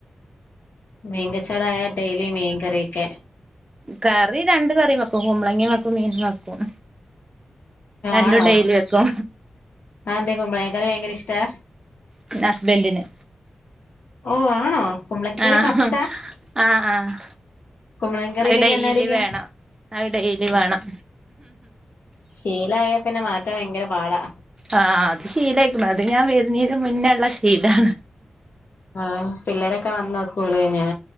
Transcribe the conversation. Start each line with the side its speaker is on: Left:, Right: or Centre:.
Left: മീങ്കച്ചോടായ ഡെയ്ലി മീൻ കറിവെക്ക
Right: കറി രണ്ട് കറിം വെക്കും കുമ്പ്ളങ്ങി വെക്കും മീനും വെക്കും രണ്ടും
Left: ആണോ
Right: ഡൈലി വെക്കോ
Left: അതെന്തേ കുമ്പളങ്ങക്കറി ഭയങ്കര ഇഷ്ടാ
Right: പിന്നെ ഹസ്ബെന്റ് ന്
Left: ഓ ആണോ കുമ്പളങ്ങക്കറി
Right: ആഹ്
Left: മസ്റ്റാ
Right: ആഹ് ആഹ്
Left: കുമ്പളങ്ങക്കറി
Right: അത്
Left: ഇല്ലെങ്കി
Right: ഡെയ്ലി
Left: എന്നായിരിക്കും
Right: വേണം അത് ഡെയ്ലി വേണം
Left: ശീലായാ പിന്നെ മാറ്റാൻ ഭയങ്കര പാടാ
Right: ആ അത് ശീലായ്ക്കുണു അത് ഞാൻ വര്ന്നീന് മുന്നള്ള ശീലാ
Left: ആ പിള്ളേരൊക്കെ വന്നോ സ്കൂളയ്ഞ്